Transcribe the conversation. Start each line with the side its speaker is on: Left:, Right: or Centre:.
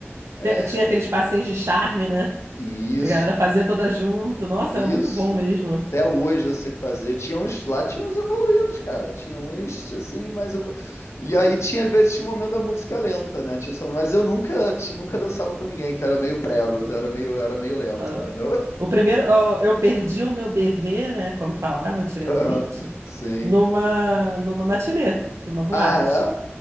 Left: É,
Right: Te- Tinha aqueles passinhos de charme, né?
Left: e isso,
Right: A galera fazia toda junto. Nossa,
Left: isso.
Right: era muito bom mesmo.
Left: Até hoje eu sei fazer. Tinha uns, lá tinha uns evoluídos, cara. Tinha uns, assim, mas... evolu- E aí tinha, às vezes, tinha um momento da música lenta, né? Tinha, só- mas eu nunca, ti- nunca dançava com ninguém, que era meio prego, era meio, era meio lento,
Right: Ah,
Left: entendeu?
Right: o primeiro, ah, eu perdi o meu bebê, né? Como falava antigamente,
Left: <laughs> Sim.
Right: numa, numa matinê, de uma boate.
Left: Ah, é?